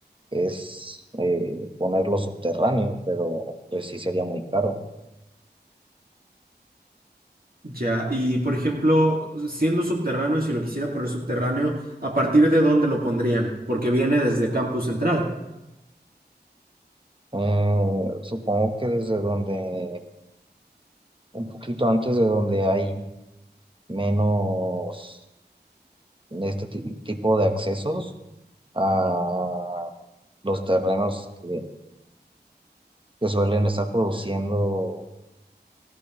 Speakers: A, on the right; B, on the right.
A: es eh, ponerlo subterráneo, pero pues sí sería muy caro.
B: Ya, y por ejemplo, siendo subterráneo, si lo quisieran poner subterráneo, ¿a partir de dónde lo pondrían? Porque viene desde Campus Central.
A: Eh, supongo que desde donde, un poquito antes de donde hay menos de este ti- tipo de accesos a los terrenos que, que suelen estar produciendo